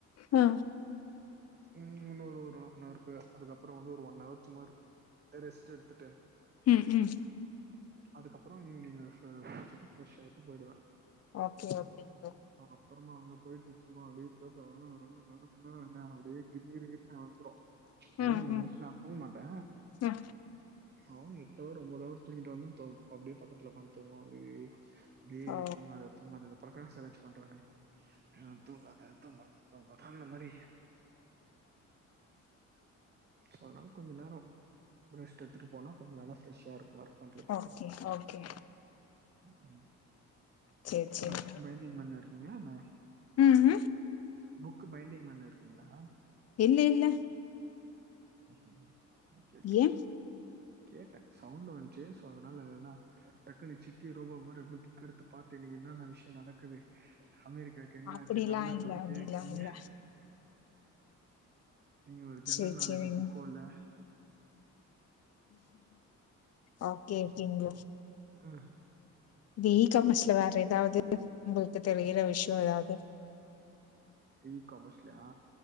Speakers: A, on the left; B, on the right.
A: ஆ
B: ம் இன்னொரு ஒரு ஆஃப்னாருக்கு அதுக்கப்ரோ வந்து ஒரு ஒன் ஹவர் சும்ம ரெஸ்ட் எடுத்துட்டு
A: ம் ம்
B: அதுக்கப்ரோ ஈவினிங் குளிச்சுட்டு ஃரெஷ் ஆயிட்டு போயிடுவே
A: ஓகே ஓகேங் ப்ரோ
B: அப்புறமா அங்க போயிட்டு சும்மா அப்டி தூக்கோ வரு <unintelligible> அப்டியே கிர் கிர் கிரினு வந்துரு எனக்கு
A: ம்
B: நா
A: ம்
B: மோஸ்லி நா தூங் மாட்டே
A: ஆ
B: அவ எட்டவர் ஒம்போது அவர் தூங்கிட்டு வந்து து அப்டியே பக்கத்துல ஒக்காந்து தூங்குவா அப்டியே டே
A: ஓ
B: தூங்காத ஆமா அதந்த பிரகாஷ் சேலன்ஜ் பண்றானே ஆ தூங்காத தூங்காத தூங்காத அந்த மாரி அதனால கொஞ்ச நேரோ ரெஸ்ட் எடுத்துட்டு போனா கொஞ்சோ நல்லா ஃப்ரெஷாருக்கு ஒர்க் பண்றதுக்கு
A: ஓகே ஓகே
B: ம்
A: சேரி சேரி
B: ஆ மெய்ன்டெய்ன் பண்ணிருக்கீங்ளா என்ன என்ன
A: ம் ம்
B: புக்கு பைண்டிங் பண்ணு இருக்கீங்ளா
A: எல்ல இல்ல
B: ம் ஓகே ஓகே
A: ஏ
B: கேட்டே சவுண்டு வந்துச்சே சோ அதனால எதனா டக்குனு சிட்டி ரோபா மாரி அப்டியே புக் எடுத்து பாத்தே இன்னைக்கி என்னான விஷயோ நடக்குது அமெரிக்கா கென்னாச்சி
A: அப்டிலா
B: டாலர்
A: இல்ல
B: மதிப்பு
A: அப்டிலா
B: ஏ கம்மியா
A: இல்ல
B: நீங்க ஒரு ஜென்ரல்
A: சேரி
B: நாலேஜி
A: சேரிங்க
B: டிப்போ இல்ல
A: ஓகே ஓகேங்க
B: ஆ
A: இந்த ஈ காமஸ்ல வேற எதாவது உங்களுக்கு தெரியிற விஷயோ எதாவது
B: ஈ காம்ஸ்லயா